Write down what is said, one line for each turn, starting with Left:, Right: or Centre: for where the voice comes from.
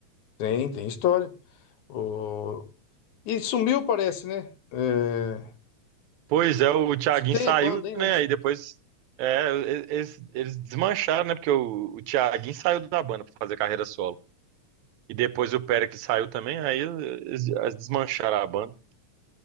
Left: Tem, tem história. Ô, E sumiu, parece, né? É...
Right: Pois é, o Thiaguinho
Left: Você tem
Right: saiu,
Left: a banda ainda?
Right: né? Aí depois é, eles, eles desmancharam, né? Porque o, o Thiaguinho saiu da banda para fazer carreira solo. E depois o Péricles saiu também, aí eles, eles desmancharam a banda.